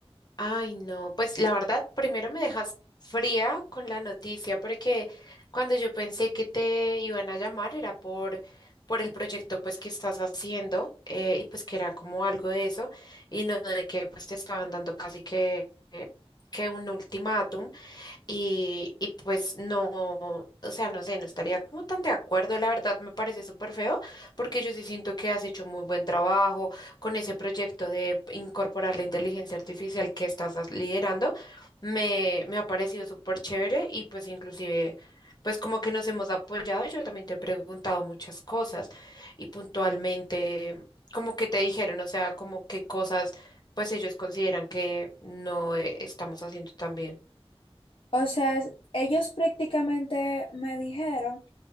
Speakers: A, on the left (about 40°); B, on the left (about 60°).
A: Ay, no, pues la verdad, primero me dejas fría con la noticia, porque cuando yo pensé que te iban a llamar era por, por el proyecto pues que estás haciendo, eh, y pues que era como algo de eso, y no de que pues te estaban dando casi que, que un ultimátum. Y, y pues no, o sea, no sé, no estaría como tan de acuerdo, la verdad me parece súper feo, porque yo sí siento que has hecho muy buen trabajo con ese proyecto de incorporar la inteligencia artificial que estás as- liderando, me, me ha parecido súper chévere y pues inclusive, pues como que nos hemos apoyado, yo también te he preguntado muchas cosas y puntualmente, como que te dijeron, o sea, como qué cosas pues ellos consideran que no eh, estamos haciendo tan bien.
B: O sea, ellos prácticamente me dijeron